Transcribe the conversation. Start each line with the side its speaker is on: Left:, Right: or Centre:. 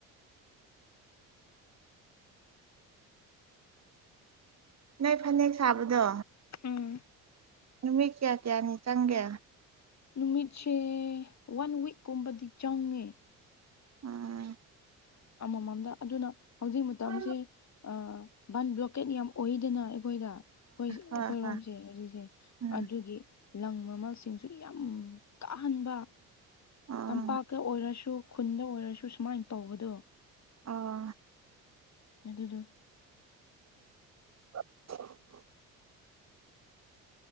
Right: ꯅꯣꯏ ꯐꯅꯦꯛ ꯁꯥꯕꯗꯣ
Left: ꯎꯝ
Right: ꯅꯨꯃꯤꯠ ꯀꯌꯥ ꯀꯌꯥꯅꯤ ꯆꯪꯒꯦ
Left: ꯅꯨꯃꯤꯠꯁꯦ ꯋꯥꯟ ꯋꯤꯛꯀꯨꯝꯕꯗꯤ ꯆꯪꯉꯦ
Right: ꯎꯝ
Left: ꯑꯃꯃꯝꯗ ꯑꯗꯨꯅ ꯍꯧꯖꯤꯛ ꯃꯇꯝꯁꯤ
Right: ꯑ
Left: ꯑ ꯕꯟ ꯕ꯭ꯂꯣꯀꯦꯠ ꯌꯥꯝ ꯑꯣꯏꯗꯅ ꯑꯩꯈꯣꯏꯗ ꯑꯩꯈꯣꯏꯔꯣꯝꯁꯦ
Right: ꯍꯣꯏ ꯍꯣꯏ
Left: ꯍꯧꯖꯤꯛꯁꯦ
Right: ꯎꯝ
Left: ꯑꯗꯨꯒꯤ ꯂꯪ ꯃꯃꯜꯁꯤꯡꯁꯨ ꯌꯥꯝ ꯇꯥꯍꯟꯕ
Right: ꯑꯣ
Left: ꯇꯝꯄꯥꯛꯀ ꯑꯣꯏꯔꯁꯨ ꯈꯨꯟꯗ ꯑꯣꯏꯔꯁꯨ ꯁꯨꯃꯥꯏꯅ ꯇꯧꯕꯗꯣ
Right: ꯑꯥ
Left: ꯑꯗꯨꯗꯣ
Right: INAUDIBLE